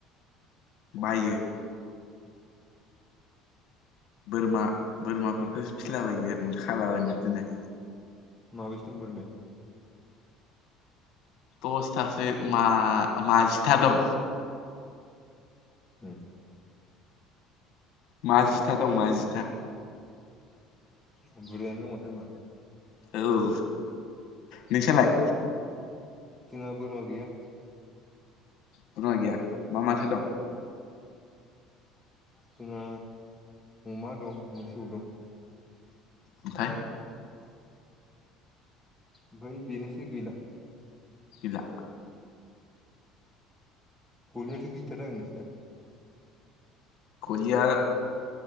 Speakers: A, in the centre; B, on the left.
A: अ
B: बायो। बोरमा बोरमाफोरखौसो फिलाबायो ओरैनो खालाबायना दोनो।
A: माबैसो दं बोरमाया?
B: दसथासो मा माजिथा दं।
A: ए
B: मा जिथा दं मा जिथा।
A: बुरजायानो दङथ' होनबा।
B: औ नोंसालाय?
A: जोंहा बोरमा गैया।
B: बोरमा गैया मा माथो दं?
A: जोंहा अमा दं मोसौ दं।
B: ओमफ्राय
A: ओमफ्राय बेनोसै गैला।
B: गैला।
A: गलियाथ' गिदिरथार जागोन नोंसिना।
B: गलाया